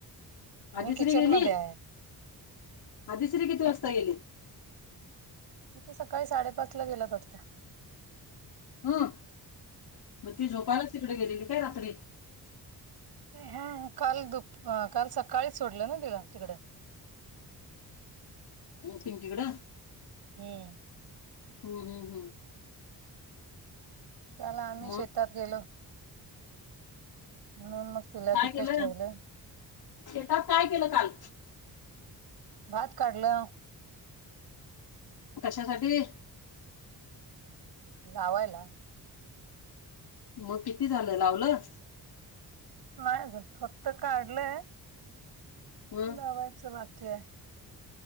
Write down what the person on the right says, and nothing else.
मी
किचन
मध्ये आहे
इथे सकाळी साडेपाच ला गेल्यात वाटतं.
ह काल दुप काल सकाळी सोडलं ना तिला तिकड!
हूं!
काल आम्ही
शेतात गेलो. म्हणून मग तिला
तिथंच
ठेवलं.
भात काढलं.
घावायला.
नाही अजून फक्त काढलंय
लावायचं बाकी आहे.